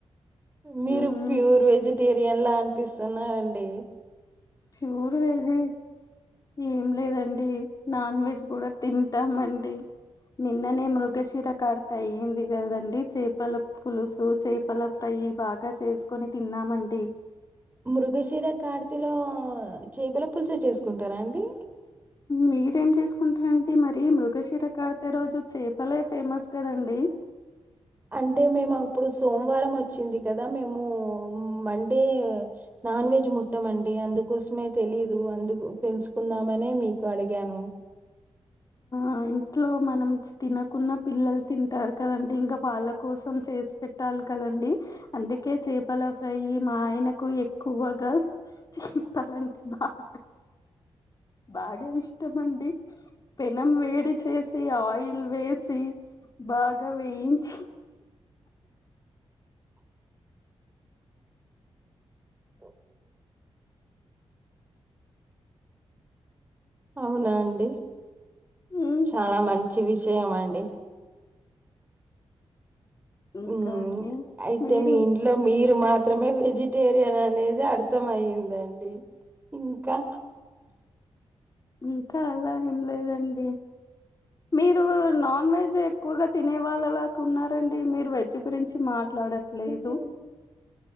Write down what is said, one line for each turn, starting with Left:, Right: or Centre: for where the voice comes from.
Right: మీరు
Left: ఉమ్
Right: ప్యూర్ వెజిటేరియన్లా అనిపిస్తున్నరండి
Left: ప్యూరు వెజి ఏం లేదండి నాన్ వెజ్ కూడా తింటామండి నిన్ననే మృగశీర కార్తి అయింది కదండి చేపల పులుసు చేపల ఫ్రై నీ బాగా చేసుకొని తిన్నామండి
Right: మృగశిర కార్తిలో చేపల పులుసు చేసుకుంటారా అండి
Left: మీరేం చేసుకుంటారండి మరి మృగశిర కార్తి రోజు చేపలే ఫేమస్ కదండి
Right: అంటే మేము అప్పుడు సోమవారం వచ్చింది కదా మేము మండే నాన్ వెజ్ ముట్టమండి అందుకోసమే తెలీదు అందుకు తెలుసుకుందామనే మీకు అడిగాను
Left: ఆ ఇంట్లో మనం తినకుండా పిల్లలు తింటారు కదండి ఇంకా వాళ్ళ కోసం చేసి పెట్టాలి లి కదండి అందుకే చేపల ఫై మా ఆయన క్కు ఎక్కువగా చేపాలంటే బాగా బాగా ఇష్టం అండి పెనం వేడి చేసి ఆయిల్ వేస్ సి బాగా వేయించి
Right: అ అవునా అండి
Left: ఉమ్,
Right: చాలా మంచివి షయం అండి
Left: ఇంకా
Right: మ్మ్
Left: అండి
Right: అయితే
Left: మీరు
Right: మీ
Left: ఇం-
Right: ఇంట్లో మీర్ రు మాత్రమే వెజిటేరియన్ అనేది అర్థం అయ్యిందండి ఇంకా
Left: ఇంకా అలా ఏం లేదండి మీరు నాన్ వెజ్ ఎక్కువగా తినే వాళ్ళలాగా ఉన్నారండి మీరు వెజ్ గురించి మాట్లాడట్లేదు
Right: హ్మ్.